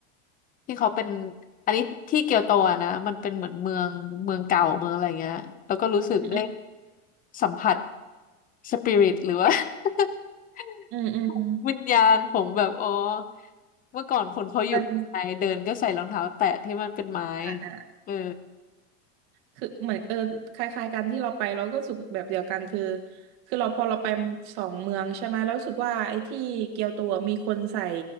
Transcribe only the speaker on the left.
ที่เขาเป็นอันนี้ที่เกียวโตอะนะมันเป็นเหมือนเมืองเมืองเก่าเมืองอะไรเงี้ยแล้วก็รู้สึกได้
สัมผัสสปิริตหรือว่า <laughs>
วิญญาณของแบบอ๋อเมื่อก่อนคนเขาอยู่ไทเดินก็ใส่รองเท้าแตะที่มันเป็นไม้
เออ